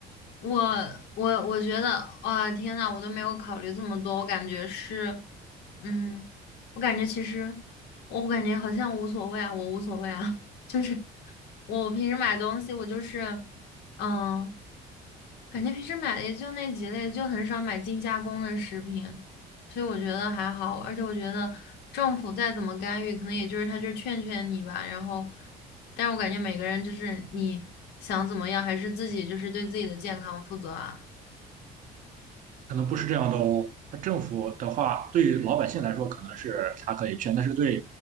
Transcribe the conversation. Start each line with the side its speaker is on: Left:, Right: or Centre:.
Left: 我我我觉得，哇，天呐，我都没有考虑这么多，我感觉是，嗯，我感觉其实我我感觉好像无所谓啊，我无所谓啊，<laughs> 就是我平时买东西，我就是，嗯。感觉平时买的也就那几类，就很少买精加工的食品，所以我觉得还好。而且我觉得政府再怎么干预，可能也就是他就是劝劝你吧。然后，但是我感觉每个人就是你想怎么样，还是自己就是对自己的健康负责啊。
Right: 可能不是这样的哦。那政府的话，对于老百姓来说，可能是它可以劝，但是对，